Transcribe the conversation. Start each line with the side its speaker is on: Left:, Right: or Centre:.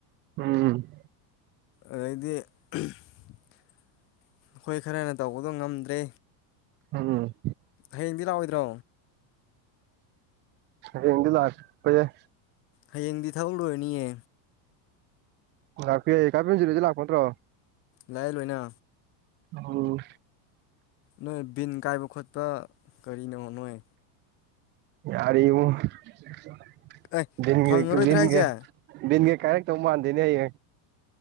Right: ꯎꯝ
Left: ꯑꯣꯏꯗꯤ ꯑꯩꯈꯣꯏ ꯈꯔꯅ ꯇꯧꯕꯗꯣ ꯉꯝꯗ꯭ꯔꯦ
Right: ꯎꯝ
Left: ꯍꯌꯦꯡꯗꯤ ꯂꯥꯛꯑꯣꯏꯗ꯭ꯔꯣ
Right: ꯍꯗꯤ ꯂꯄꯌꯥꯏ
Left: ꯍꯌꯦꯡꯗꯤ ꯊꯥꯒꯠꯂꯨꯔꯅꯤꯌꯦ
Right: ꯂꯥꯛꯄꯤ ꯑꯩ ꯀꯥꯄꯤꯦꯟꯁꯤꯂꯗꯤ ꯂꯥꯛꯄ ꯅꯠꯇ꯭ꯔꯣ
Left: ꯂꯥꯏ ꯂꯣꯏꯅ
Right: ꯑꯣ
Left: ꯅꯣꯏ ꯕꯤꯟ ꯀꯥꯏꯕ ꯈꯣꯠꯄ ꯀꯔꯤꯅꯣ ꯅꯣꯏ
Right: ꯌꯥꯔ ꯏꯤꯟꯒꯤꯟꯒ
Left: ꯑꯦ ꯐꯪꯉꯔꯣꯏꯗ꯭ꯔꯥ ꯍꯥꯏꯁꯦ
Right: <unintelligible> ꯀꯥꯏꯔꯛꯇꯧ ꯃꯥꯟꯗꯦꯅꯦ ꯍꯌꯦ